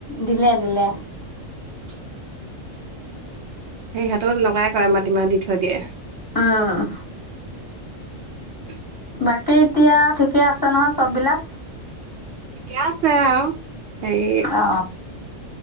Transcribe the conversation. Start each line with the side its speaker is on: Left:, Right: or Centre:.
Left: দিলে দিলে
Right: <unintelligible> সেই সহঁতো তেনেকুৱাইে কৰে মাটিমাহ দি থৈ দিয়ে
Left: আহ
Right: উ
Left: বাকী এতিয়া আৰু ঠিকে আছে নহয় চব বিলাক
Right: ঠিকে আছে অ এই
Left: অ।